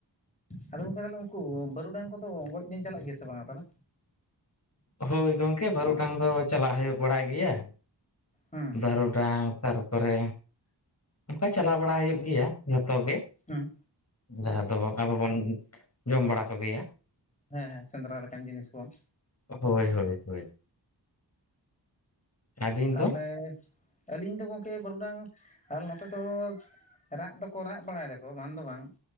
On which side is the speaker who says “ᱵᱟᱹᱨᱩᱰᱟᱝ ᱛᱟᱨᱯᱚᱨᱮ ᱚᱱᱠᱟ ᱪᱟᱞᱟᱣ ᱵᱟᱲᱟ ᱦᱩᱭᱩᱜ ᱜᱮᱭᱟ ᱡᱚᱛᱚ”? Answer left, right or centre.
Left